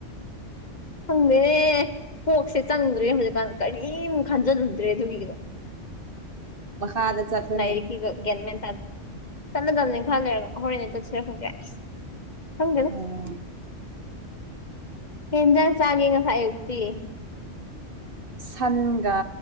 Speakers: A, on the left; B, on the right.
A: ꯈꯪꯗꯦꯅꯦ ꯀꯣꯛꯁꯦ ꯆꯪꯗ꯭ꯔꯦ ꯍꯧꯖꯤꯛꯀꯥꯟ ꯀꯔꯤꯃꯨꯛ ꯈꯟꯖꯤꯜꯂꯨꯗ꯭ꯔꯦ ꯑꯗꯨꯒꯤꯒ
B: ꯃꯈꯥꯗ ꯆꯠꯂꯨꯅꯦ
A: ꯂꯩꯔꯤꯛꯒ ꯒꯟꯃꯦꯟꯟ ꯆꯠꯂꯗꯕꯅꯦ ꯈꯔ ꯂꯩꯔꯒ ꯍꯣꯔꯦꯟ ꯆꯠꯁꯤꯔ ꯈꯪꯗꯦ ꯈꯪꯗꯦꯗ
B: ꯎꯝ
A: ꯀꯩ ꯏꯟꯖꯥꯡ ꯆꯥꯒꯦ ꯉꯁꯥꯏ ꯑꯌꯨꯛꯇꯤ
B: ꯁꯥꯟꯒ